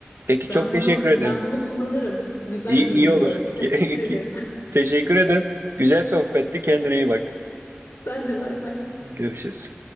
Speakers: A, on the right; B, on the left.
A: Peki
B: Ben
A: çok
B: bunu
A: teşekkür ederim.
B: ben bunu kullanırım. Güzel
A: İyi, iyi
B: bir bilgi
A: olur.
B: oldu.
A: <laughs>
B: Teşekkür ederim.
A: Teşekkür ederim. Güzel sohbetti. Kendine iyi bak.
B: <laughs> Sen de bay bay.
A: Görüşürüz.